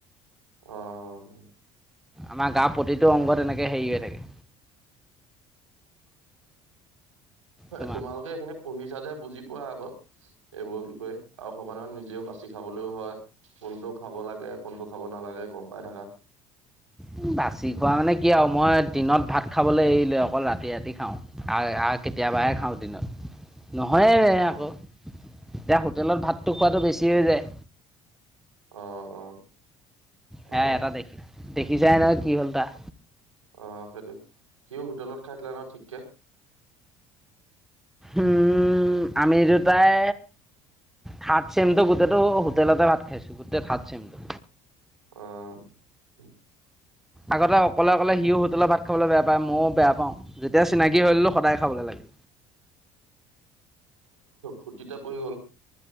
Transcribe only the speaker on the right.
অ', অ'।
তোমালোকে এইখিনি পঢ়িছা যে বুজি পোৱা আগত, এইবোৰ বিষয়ে, আৰু সকানে নিজেও বাচি খাবলৈও হয় কোনটো খাব লাগে কোনটো খাব নালাগে গম পাই থাকা।
<inaudible>
অ',
অ', অ'।
অ',
অ', সেইটোৱে, সিও হোটেলত খাইছিলে নহয় ঠিককে।
অ'।
ফুৰ্তিতে পৰি গ'ল।